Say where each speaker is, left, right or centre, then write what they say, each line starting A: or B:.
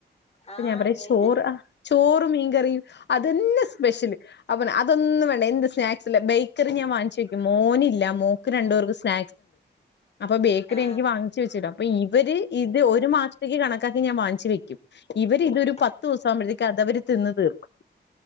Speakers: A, on the left; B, on the left.
A: ആഹ്
B: ഞാൻ പറയാ
A: വേ
B: ചോറ് ചോറ മീൻകറിയും അതന്നെ സ്പെഷ്യല് അപ്പന അതൊന്ന വേണ്ട എന്ത് സ്നാക്സ് ബേക്കറി ഞൻാങ്ങിച്ചു വയ്ക്കും മോനില്ല
A: ഉം
B: സ്ന അ ബ
A: ആഹ്
B: എനി വ വ ഒരു മാസത്തേക്ക് കണക്കാക്കി ഞാൻ വങ്ങിച്ചച്ച് വയ്ക്കും ഇവരി ഇതൊരു
A: ആഹ്
B: പത്ത്ു ദിവസം ആവുമ്പഴത്തേക്കും അത്വര് തിന്ന് തീർക്കും